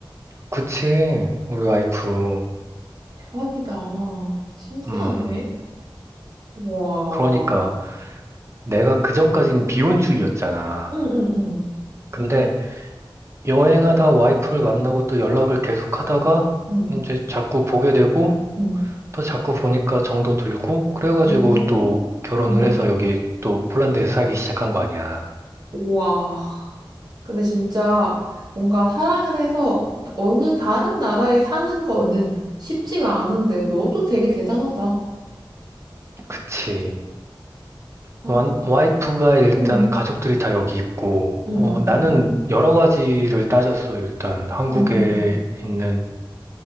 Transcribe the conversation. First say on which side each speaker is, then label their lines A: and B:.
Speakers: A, on the right (about 30°); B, on the right (about 50°).
A: 그치, 우리 와이프.
B: 대박이다. 신기하네.
A: 음,
B: 와.
A: 그러니까 내가 그전까진 비혼주의였잖아.
B: 응, 응, 응.
A: 근데 여행하다 와이프를 만나고 또 연락을 계속 하다가
B: 응,
A: 이제 자꾸 보게 되고
B: 응.
A: 또 자꾸 보니까 정도 들고 그래가지고
B: 음.
A: 또 결혼을
B: 음.
A: 해서 여기 또 폴란드에서 살기 시작한 거 아니야.
B: 우와. 근데 진짜 뭔가 사랑을 해서 어느 다른 나라에 사는 거는 쉽지가 않은데 너도 되게 대단하다.
A: 그치.
B: 어.
A: 완- 와이프가 일단
B: 응.
A: 가족들이 다 여기 있고
B: 응,
A: 어,
B: 응,
A: 나는
B: 응.
A: 여러 가지를 따졌어. 일단 한국에
B: 응, 응.
A: 있는